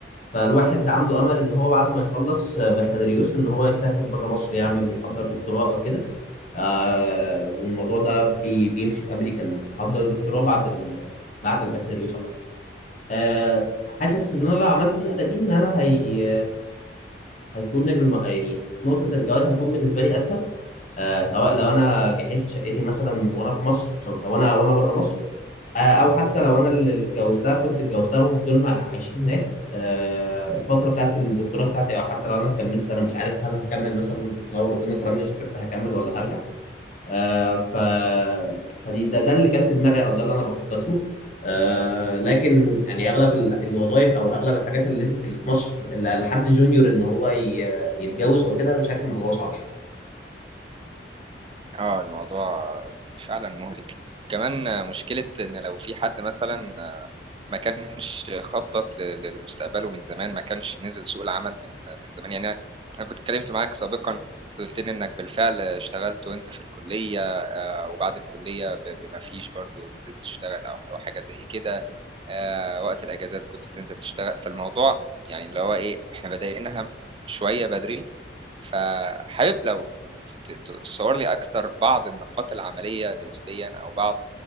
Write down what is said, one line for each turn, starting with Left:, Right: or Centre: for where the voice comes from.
Left: فالواحد عنده امل ان هو بعد ما يخلص آه، بكالوريوس ان هو يسافر بره مصر يعمل يحضر دكتوراه او كده آه والموضوع ده بي بيمشي في امريكا انك تحضر الدكتوراه بعد ال بعد البكالوريوس على طول. آه حاسس ان انا لو عملت النقله دي ان انا هي هيكون الم... يعني نقطه الجواز هتكون بالنسبه لي اسهل آه سواء لو انا جهزت شقتي مثلا وانا في مصر او انا وانا بره مصر آه او حتى لو انا اللي اتجوزتها كنت اتجوزتها وفضلنا عايشين هناك آه الفتره بتاعت الدكتوراه بتاعتي او حتى لو انا كملت انا مش عارف هل هكمل مثلا لو ربنا كرمني وسافرت هكمل ولا هرجع آه ف فدي ده ده اللي كان في دماغي او ده اللي انا بخطط له آه لكن يعني اغلب ال- الوظائف او اغلب الحاجات اللي انت اللي في مصر اللي لحد جونيور ان هو ي- يتجوز او كده انا شايف الموضوع صعب شويه
Right: اه الموضوع فعلا مهلك كمان مشكلة إن لو في حد مثلا ما كانش خطط ل- ل- لمستقبله من زمان ما كانش نزل سوق العمل من من زمان يعني أنا أنا كنت اتكلمت معاك سابقا قلت لي إنك بالفعل اشتغلت وأنت في الكلية آه، وبعد الكلية ب- بما فيش برضو نزلت تشتغل أو أو حاجة زي كده آه، وقت الأجازات كنت بتنزل تشتغل فالموضوع يعني اللي هو إيه إحنا بدأناها شوية بدري فحابب لو ت- ت- تصور لي أكثر بعض النقاط العملية نسبيا أو بعض